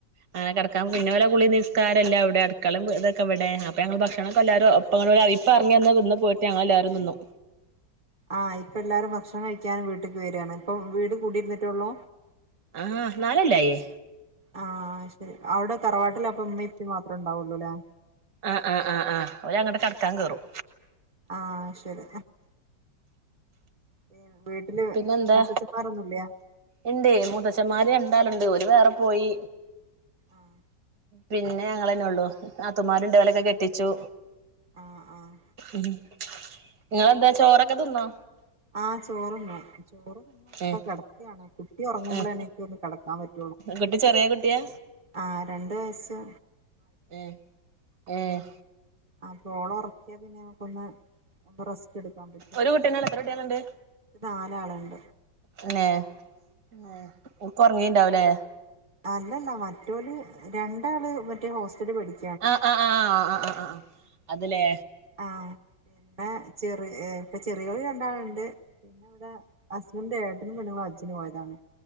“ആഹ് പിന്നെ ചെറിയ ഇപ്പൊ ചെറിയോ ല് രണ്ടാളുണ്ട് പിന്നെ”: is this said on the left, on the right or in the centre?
Right